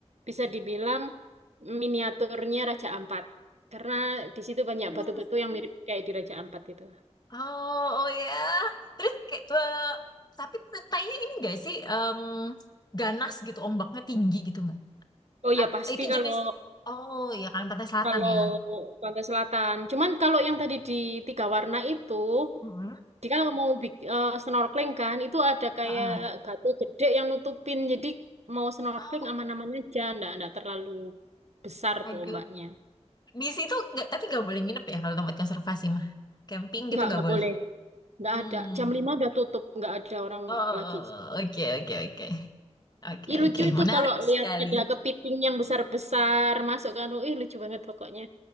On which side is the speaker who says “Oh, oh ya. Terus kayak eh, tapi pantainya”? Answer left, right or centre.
Left